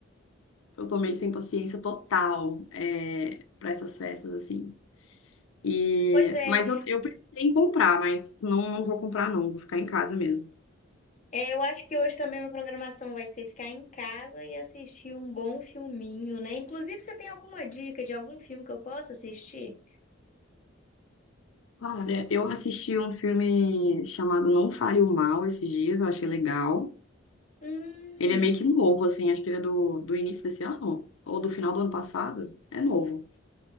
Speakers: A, on the left (about 80°); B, on the left (about 35°).
A: eu tomei sem paciência total é, para essas festas, assim. E,
B: Pois é,
A: mas eu, eu pensei em comprar, mas não, não vou comprar, não. Vou ficar em casa mesmo.
B: É, eu acho que hoje também a programação vai ser ficar em casa e assistir um bom filminho, né? Inclusive, você tem alguma dica de algum filme que eu possa assistir?
A: Olha, eu assisti um filme chamado Não Fale o Mal esses dias, eu achei legal.
B: Hum,
A: Ele é meio que novo, assim, acho que ele é do, do início desse ano, ou do final do ano passado. É novo.